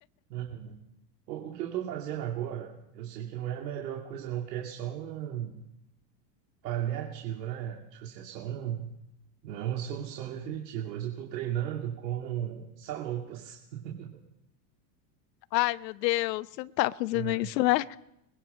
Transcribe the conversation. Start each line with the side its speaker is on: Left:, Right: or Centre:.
Right: Uhum. O, o que eu tô fazendo agora, eu sei que não é a melhor coisa não, porque é só um paliativo, né? Tipo assim, é só um, não é uma solução definitiva, mas eu tô treinando com salopas. <laughs>
Left: Ai, meu Deus, você não tá fazendo
Right: É,
Left: isso, né?